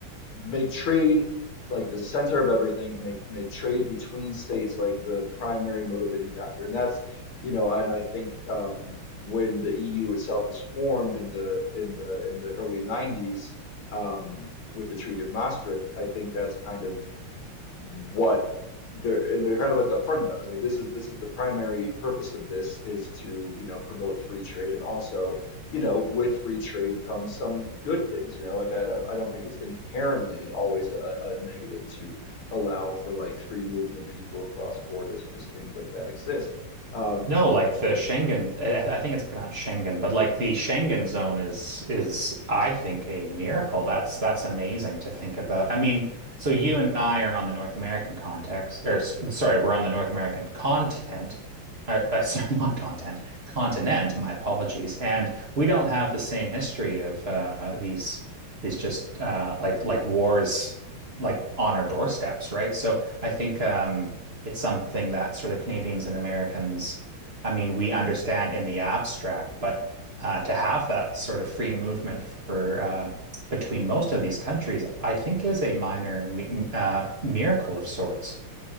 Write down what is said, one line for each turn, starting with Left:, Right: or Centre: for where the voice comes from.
Left: make trade like the center of everything, make make trade between states like the primary motivating factor. And that's, you know, and I think um, when the EU itself is formed in the in the in the early 90s um, with the Treaty of Maastricht, I think that's kind of what they're and they're kind of like upfront about it. Like this is this is the primary purpose of this is to, you know, promote free trade and also, you know, with free trade comes some good things, you know, like I don't I don't think it's inherently always a, a negative to allow for like free movement of people across borders, such as things like that exist. Um,
Right: No, like the Schengen,
Left: but
Right: I I think it's pronounced Schengen, but like the Schengen zone is is I think a miracle. That's that's amazing to think about. I mean, so you and I are on the North American context, or s- sorry, we're on the North American content, uh, uh, <laughs> sorry, not content, continent. My apologies, and we don't have the same history of uh, these these just uh, like like wars like on our doorsteps, right? So I think um, it's something that sort of Canadians and Americans I mean, we understand in the abstract, but uh, to have that sort of free movement for uh, between most of these countries, I think is a minor mi uh, miracle of sorts.